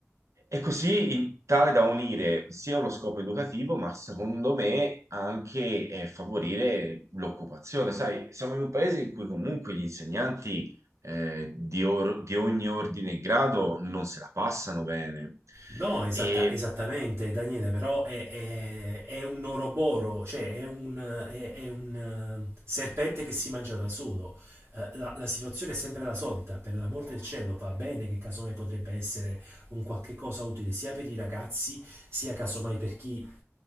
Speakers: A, on the right; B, on the right.
A: e così in tale da unire sia uno scopo educativo, ma secondo me anche eh, favorire l'occupazione. Sai, siamo in un paese in cui comunque gli insegnanti eh, di, or- di ogni ordine e grado non se la passano bene.
B: No, esatta-
A: E
B: esattamente, Daniele, però è, è- è un oroboro, cioè è un, è- è un, eh, serpente che si mangia da solo. Eh, la, la situazione è sempre la solita, per l'amor del cielo va bene che casomai potrebbe essere un qualche cosa utile sia per i ragazzi, sia casomai per chi